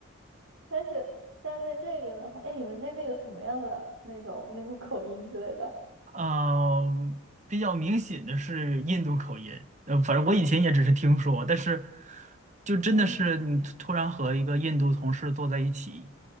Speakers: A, on the right; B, on the right.
A: 但是但是在这边的话，哎，你们那边有什么样的那种那种 <laughs> 口音之类的？
B: 嗯，比较明显的是印度口音，呃，反正我以前也只是听说，但是就真的是你突突然和一个印度同事坐在一起，
A: 嗯，